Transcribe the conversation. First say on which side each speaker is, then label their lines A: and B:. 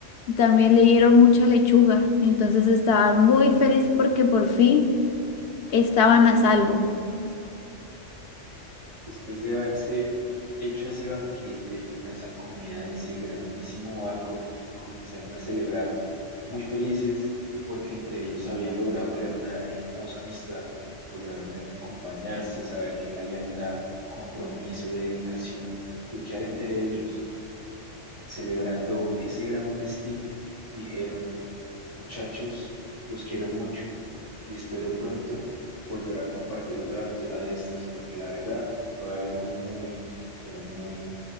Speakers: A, on the left; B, on the right.
A: También le dieron mucha lechuga. Entonces estaban muy felices porque por fin estaban a salvo.
B: Después de haberse hecho ese banquete, a esa comida de ese grandísimo barco, comenzaron a celebrar, muy felices porque entre ellos habían logrado crear una hermosa amistad, lograron acompañarse, saber que la lealtad, compromiso, dedicación, luchar entre ellos, celebrando ese gran festín, dijeron. Muchachos, los quiero mucho y espero pronto volver a compartir otra aventura de estas porque la verdad fue algo muy, pero muy